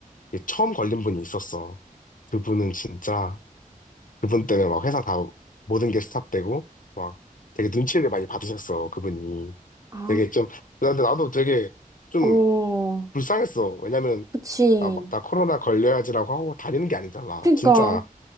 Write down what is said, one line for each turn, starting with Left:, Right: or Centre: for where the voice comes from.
Left: 이게 처음 걸린 분이 있었어. 그분은 진짜, 그분 때문에 막 회사 다 모든 게 스탑되고, 막 되게 눈치를 많이 받으셨어, 그분이.
Right: 아,
Left: 되게 좀, 근데 나도 되게 좀
Right: 어,
Left: 불쌍했어. 왜냐면,
Right: 그치.
Left: 나 막, 나 코로나 걸려야지라고 하고 다니는 게 아니잖아.
Right: 그니까.
Left: 진짜